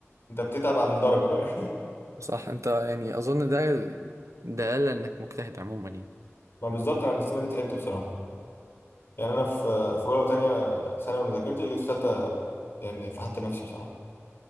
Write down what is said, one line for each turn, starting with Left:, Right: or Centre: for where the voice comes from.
Left: انت بتتعب على الدرجه فاهم
Right: صح انت يعني اظن ده ده دلالة انك مجتهد عموما يعني
Left: <laughs> ما بالظبط انا السنه دي تعبت بصراحه يعني انا في في اولى وثانيه ثانوي ما ذاكرتش جيت في ثالثه يعني فحت نفسي بصراحه